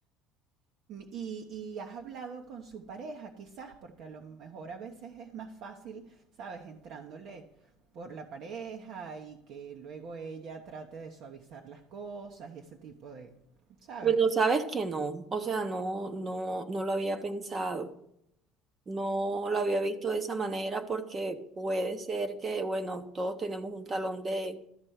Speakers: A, on the right; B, on the right.
A: Y, y has hablado con su pareja quizás, porque a lo mejor a veces es más fácil, ¿sabes? Entrándole por la pareja y que luego ella trate de suavizar las cosas y ese tipo de, ¿sabes?
B: Bueno, sabes que no, o sea, no, no, no lo había pensado, no lo había visto de esa manera porque puede ser que, bueno, todos tenemos un talón de